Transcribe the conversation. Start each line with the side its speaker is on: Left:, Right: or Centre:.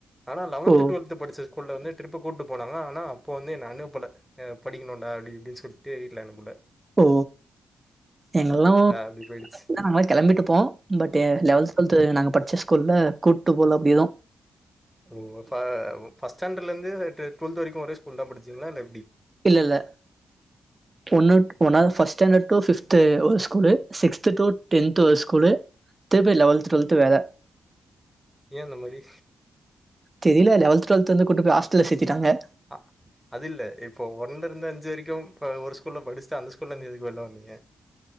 Centre: ஆனா லெவன்த்
Right: ஓ!
Centre: டுவெல்த் படிச்ச ஸ்கூல் வந்து ட்ரிப்பு கூட்டு போனாங்க ஆனா அப்ப வந்து என்ன அனுப்பல எ படிக்கணுன்டா அப்டி இப்டி சொல்ட்டு வீட்ல அனுப்ல
Right: ஓ எங்களு
Centre: அப்டி போயிடுச்சு
Right: நாங்ளே கெளம்பிட்டு போ பட் லெவல்த் டுவல்த் நாங்க படிச்ச ஸ்கூல்ல கூட்டு போல அப்டி எது
Centre: ஓ ஃபர்ஸ்ட் ஸ்டாண்டர்டலிந்து டுவெல்த் வரைக்கு ஒரே ஸ்கூல்தா படிச்சீங்ளா இல்ல எப்டி
Right: இல்லல்ல ஒன்னு ஒன்னாது ஃபர்ஸ்ட் ஸ்டாண்டர்ட்டு டூ ஃபிஃப்த்து ஒரு ஸ்கூலு சிக்ஸ்த்து டூ டென்த்து ஒரு ஸ்கூலு திருப்பி லெவெல்த் டுவெல்த் வேற
Centre: ஏன் அந்த மாரி
Right: தெரில லெவல்த் டுவல்த் கூட்டு போய் ஹாஸ்டல்ல சேத்திட்டாங்க
Centre: ஆ அதில்ல இப்போ ஒன்லிருந்து அஞ்சு வரைக்கு இப்ப ஒரு ஸ்கூல்ல படிச்சிட்டு அந்த ஸ்கூல்லிந்து எதுக்கு வெளில வந்தீங்க